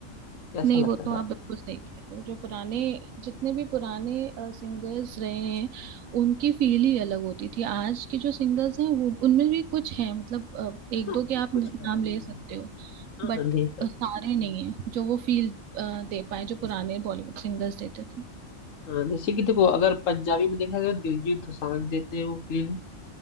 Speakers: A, on the left (about 75°); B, on the right (about 80°).
A: कैसा
B: नहीं
A: लगता
B: वो तो
A: था
B: आप बिल्कुल सही कह रहे हो जो पुराने जितने भी पुराने सिंगर्स रहे हैं उनकी फील ही अलग होती थी आज के जो सिंगर्स हैं वो उनमें भी कुछ हैं मतलब अ,
A: ऐसा
B: एक दो के आप
A: कुछ
B: न-
A: है
B: नाम
A: नहीं
B: ले सकते हो
A: हाँ
B: बट
A: हाँ ढेर सारी
B: सारे
A: कुछ है
B: नहीं है जो वो फील दे पाए जो पुराने बॉलीवुड सिंगर्स देते थे
A: हाँ जैसे कि देखो अगर पंजाबी में देखा जाए तो दिलजीत दोसांझ देते हैं वो फील